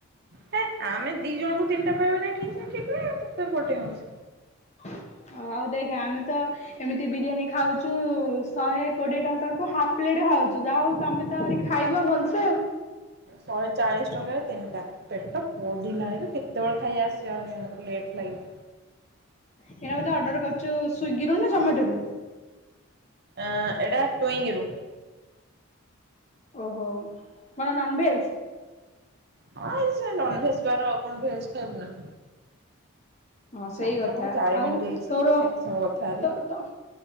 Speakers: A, on the right (about 45°); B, on the left (about 30°).
A: ହେଁ ଆମେ ଦି ଜଣଙ୍କୁ ତିନିଟା ପାଇବକି ନାଇଁ ଠିକ ନା ଠିକ ନାହିଁ ତୋତେ ପଠେଇବୁ।
B: ଓ ଆଉ ଦେଖ ଆମେ ତ ଏମିତି ବିରିୟାନୀ ଖାଉଛୁ ଶହେ କୋଡିଏ ଟଙ୍କା କୁ ହାଫ୍ ପ୍ଲେଟ ଖାଉଛୁ ଯାହା ହଉ ତମେ ତ ଆହୁରି ଖାଇବ ଭଲସେ ଆଉ।
A: ଶହେ ଚାଳିଶ ଟଙ୍କାରେ ତିନିଟା। ପେଟ ପୋଡିଲାଣି ବେ କେତେବେଳେ ଖାଇବା ଆସିବ ହାରି ଆହୁରି ଲେଟ୍ ଲାଗିବ।
B: ଏଇଟା ବୋଧେ ଅର୍ଡ଼ର କରୁଛୁ ସ୍ଵିଗିରୁ ନା ଜମାଟୋରୁ?
A: ଅ ଏଇଟା ଟୁଙ୍ଗି ରୁ।
B: ଓହୋ କଣ ନନଭେଜ?
A: ହଁ ନନ ଭେଜ ବାର ଆଉ କଣ ଭେଜ ଖାଇବୁ ନା।
B: ହଁ ସେଇ
A: ମାତ୍ର
B: କଥା
A: କଣ ଚାରି
B: ଆଉ
A: ମିନିଟ୍ ହେଇଛି
B: ତୋର ତ
A: ଏତେ ସମୟ କଥା ହେଲି
B: ତ